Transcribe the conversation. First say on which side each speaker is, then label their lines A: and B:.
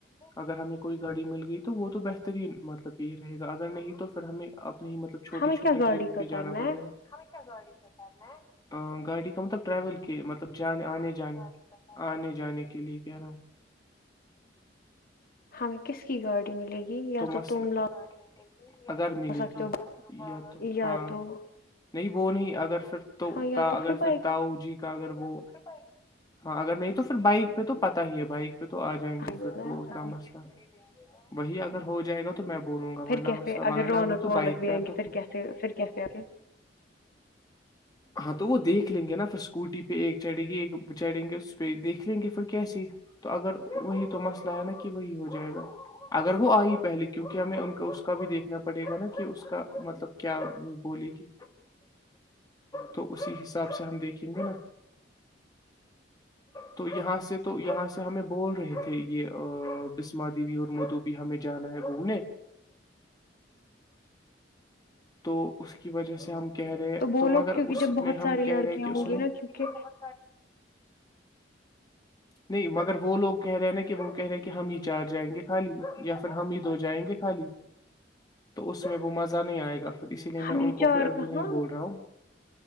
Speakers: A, on the left; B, on the left.
A: اگر ہمیں کوئی گاڑی مل گئی تو وہ تو بہترین مطلب یہی رہے گا اگر نہیں تو پھر ہمیں آب نہیں مطلب چھوٹی
B: ہمیں
A: چوٹی
B: کیا گاڑی
A: چیزوں
B: کا
A: پہ جانا
B: کرنا
A: پڑے
B: ہے
A: گا گاڑی گاڑی کا مطلب ٹریول کی مطلب جان آنے کے ج ہ نہیں جانے کے لیئے کیاہ رہا ہوں
B: ہمیں کس کی گاڑی ملے گی یا
A: تو مسئلےڈگ
B: تم لا
A: اگر ملے
B: سکتے
A: گی
B: ہو
A: یا تو
B: یا
A: ہاں
B: تو
A: نہیں وہ نہیں اگرھر تو
B: ہاں یا
A: اگرھر
B: تو پھر بائک
A: تاؤ جی کا اگر وہ ہاں اگر نہیں تو پھر بائک پہ تو پتا ہی ہے بائک پ تو آ جائیں
B: اپنے،
A: گے پھر وہ اتنا مسئلہ وہی آ ہو جائے گا تو میں بولوں گا
B: پھر
A: ورنہ
B: کیسے
A: مستاحب اگر نہ
B: رونق
A: تو
B: وونق
A: بائک
B: بھی
A: پہ
B: آئیں گی
A: تو
B: پھر کیسے پھر کیسے آگے
A: ہاں تو وہ دیکھ لیں گے نا پھر اسکوٹی پہ ایک چڑے گی ایک چڑھیں گے اس پہ دیکھ لیں گے پھر کیسے تو اگر وہی تو مسئلہ ہے نا کہ وہی ہو جائے گا اگر وہ آئی پہلے کیونکہ ہمیں ان کو اس کا بھی دیکھنا پڑے گا نا کہ اس کا مطلب کیا بولے گی تو اسی حساب سے ہم دیکھیں گے نا تو یہاں سے تو یہاں سے ہمیں بول رہے تھے یہ بسم دیوی اور مدھو ہمیں جانا ہے گھومنے تو اس کی وجہ سے ہم کہہ رہے
B: تو بولو
A: مگر
B: کیونکہ
A: اس
B: جب بہت
A: میں
B: ساری
A: ہم
B: لڑکیاں
A: کہہ رہے کہ اس
B: ہوں گی
A: میں
B: نا کیونکہ
A: جو بہت نہیں مگر وہ لوگ کہہ رہے ہیں نا کہ وہ کہہ رہے کہ ہم ہی چار جائیں گے خالی یا پھر ہم ہی دو جائیں گے خالی تو اس میں وہ مزہ نہیں آئے گا پھر اسی لیے
B: ہم
A: میں ان
B: یہ چار
A: کو پھر ابھی
B: کہاں
A: نہیں بول رہا ہوں